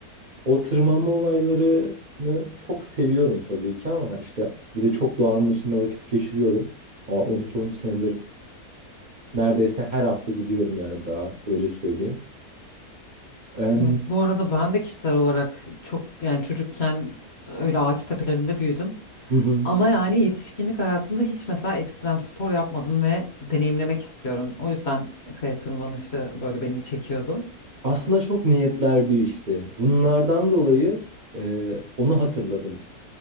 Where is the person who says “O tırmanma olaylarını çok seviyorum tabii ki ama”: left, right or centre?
Right